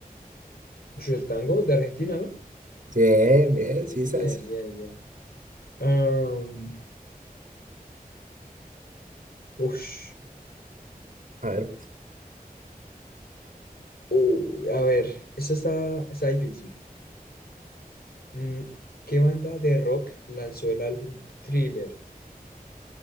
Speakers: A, on the left; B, on the right.
A: Ush, el tango de Argentina, ¿no?
B: Bien, bien, sí, sabes.
A: Bien, bien, bien. Am, ush.
B: A ver,
A: Uh, a ver, esta está, está difícil. Mm, ¿qué banda de rock lanzó el álbum Thriller?